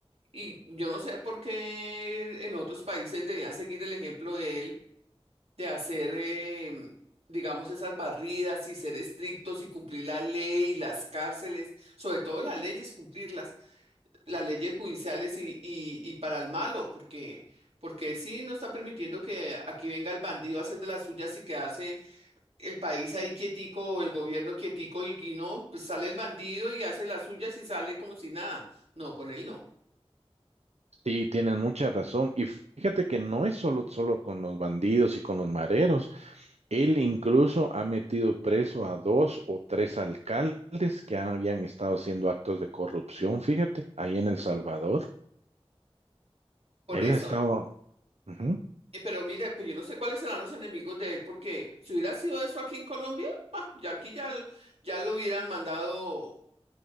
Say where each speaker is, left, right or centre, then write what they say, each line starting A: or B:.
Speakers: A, on the right; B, on the right.
A: Y yo no sé por qué en otros países debían seguir el ejemplo de él de hacer, em, digamos, esas barridas y ser estrictos y cumplir la ley, las cárceles, sobre todo las leyes, cumplirlas, las leyes judiciales y, y, y para el malo, porque, porque él sí no está permitiendo que aquí venga el bandido a hacer de las suyas y quedarse el país ahí quietico, o el gobierno quietico y, y no, pues sale el bandido y hace las suyas y sale como si nada. No, con él no.
B: Sí, tienen mucha razón. Y fíjate que no es solo, solo con los bandidos y con los mareros. Él incluso ha metido preso a dos o tres alcaldes que habían estado haciendo actos de corrupción, fíjate, ahí en El Salvador.
A: Por
B: Él
A: eso,
B: ha estado... Ujú.
A: Eh, Pero mire, pues yo no sé cuáles serán los enemigos de él, porque si hubiera sido eso aquí en Colombia, pa, ya aquí ya, l- ya lo hubieran mandado